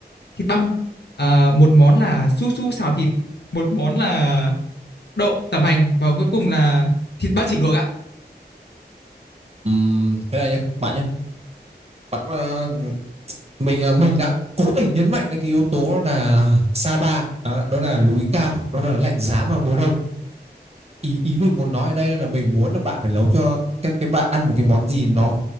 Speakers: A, on the left; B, on the right.
A: thịt băm Ờ, một món là su su xào thịt một món là đậu tẩm hành và cuối cùng là thịt ba chỉ luộc ạ
B: Ừm, thế này nhé bạn nhé Bạn ờ, mình ờ, mình đã cố tình nhấn mạnh đến cái yếu tố đó là Sapa, à, đó là núi cao, đó là lạnh giá vào mùa đông. Ý ý mình muốn nói ở đây là mình muốn là bạn phải nấu cho các cái bạn ăn một cái món gì nó